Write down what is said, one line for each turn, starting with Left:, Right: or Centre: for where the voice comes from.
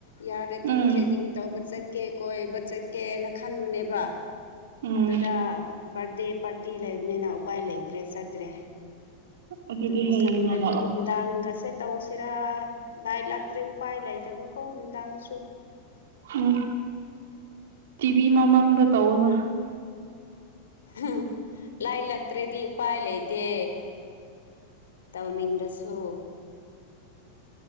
Left: ꯌꯥꯔꯗꯤ
Right: ꯎꯝ
Left: ꯊ꯭ꯔꯦꯗꯤꯡ ꯇꯧꯕ ꯆꯠꯀꯦ ꯀꯣꯏꯕ ꯆꯠꯀꯦꯅ ꯈꯟꯕꯅꯦꯕ
Right: ꯎꯝ
Left: ꯑꯗꯨꯗ ꯕꯥꯔꯗꯦ ꯄꯥꯔꯇꯤ ꯂꯩꯕꯅꯤꯅ ꯎꯄꯥꯏ ꯂꯩꯇ꯭ꯔꯦ ꯆꯠꯇ꯭ꯔꯦ
Right: ꯑꯗꯨꯗꯤ
Left: ꯑꯗꯣ
Right: ꯍꯌꯦꯡꯅ
Left: ꯁꯪꯗꯗꯤꯗꯥꯒꯁꯦ
Right: ꯂꯥꯛꯑꯣ
Left: ꯇꯧꯁꯤꯔꯥ ꯂꯥꯏꯔꯤꯛ ꯂꯥꯛꯇ꯭ꯔꯤ ꯎꯄꯥꯏ ꯂꯩꯇꯕꯀꯣ ꯅꯨꯡꯗꯥꯡꯗ
Right: ꯎꯝ ꯇꯤꯚꯤ ꯃꯃꯥꯡꯗ ꯇꯧꯅ
Left: ꯎꯝ ꯂꯥꯏ ꯏꯜ ꯂꯥꯛꯇ꯭ꯔꯦꯗꯤ ꯎꯄꯥꯏ ꯂꯩꯇꯦ ꯇꯧꯅꯤꯡꯗꯁꯨ